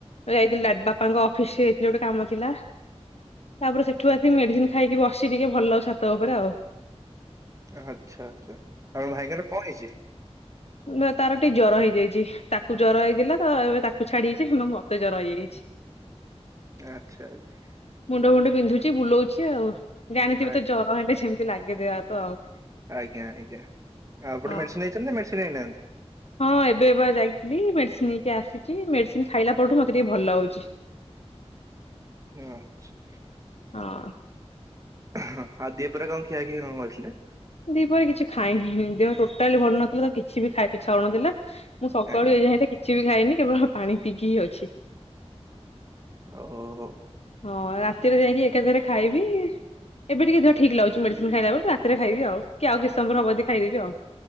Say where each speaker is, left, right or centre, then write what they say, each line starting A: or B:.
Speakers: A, on the left; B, on the right.
A: ଯାଇଥିଲି ଦା ବାପାଙ୍କ ଅଫିସରେ ଯାଇଥିଲି ଗୋଟେ କାମ ଥିଲା। ତାପରେ ସେଠୁ ଆସିକି ମେଡିସିନ ଖାଇକି ବସିଛି ଟିକେ ଭଲ ଛାତ ଉପରେ ଆଉ
B: ଆଚ୍ଛା ଆଚ୍ଛା ଆପଣ ଭାଇଙ୍କର କଣ ହେଇଛି?
A: ନା ତାର ଟିକେ ଜ୍ୱର ହେଇଯାଇଛି ତାକୁ ଜ୍ୱର ହେଇଥିଲା ତ ଏବେ ତାକୁ ଛାଡି ଯାଇଛି ମତେ ଜ୍ୱର ହେଇଯାଇଛି। <inaudible>
B: ଆଚ୍ଛା ଆଚ୍ଛା।
A: ମୁଣ୍ଡ ଫୁଣ୍ଡ ବିନ୍ଧୁଛି ବୁଲଉଛି ଆଉ ଜାଣିଥିବେ
B: ଆଚ୍ଛା ଆଜ୍ଞା
A: ତ ଜର ହେଲେ ଯେମିତି ଲାଗେ ଦେହ ହାତ ଆଉ
B: ଆଜ୍ଞା ଆଜ୍ଞା ଆଉ ଆପଣ
A: ହଁ।
B: ମେଡ଼ିସିନ ନେଇଛନ୍ତି ମେଡ଼ିସିନ ନେଇନାହାନ୍ତି?
A: ହଁ ଏବେ ବା ଯାଇଥିଲି ମେଡ଼ିସିନ ନେଇକି ଆସିଛି ମେଡ଼ିସିନ ଖାଇଲା ପରଠୁ ମୋତେ ଟିକେ ଭଲ ଲାଗୁଛି।
B: ଆଛା।
A: ହଁ।
B: ହଁ ଆଉ ଦି ପହରେ କଣ ଖିଆ ଖି କଣ କରିଥିଲେ?
A: ଦିପରେ କିଛି ଖାଇନି ଦେହ ଟୋଟାଲି ଭଲ ନଥିଲା ତ କିଛି ବି ଖାଇବାକୁ ଇଚ୍ଛା ହଉନଥିଲା। ମୁଁ ସକାଳୁ
B: ଆଜ୍ଞା
A: ଏ ଯାଏଁ ତ କିଛି ବି ଖାଇନି କେବଳ ପାଣି ପିଇକି ହିଁ ଅଛି।
B: ଓହୋ ହୋ।
A: ହଁ ରାତିରେ ଯାଇକି ଏକାଥରେ ଖାଇବି ଏବେ ଟିକେ ଦେହ ଠିକ ଲାଗୁଛି ମେଡିସିନ ଖାଇଲା ବେଳକୁ ରାତିରେ ଖାଇବି ଆଉ କି ଆଉ କିଛି ସମୟ ପରେ ହବ ଯଦି ଖାଇଦେବି ଆଉ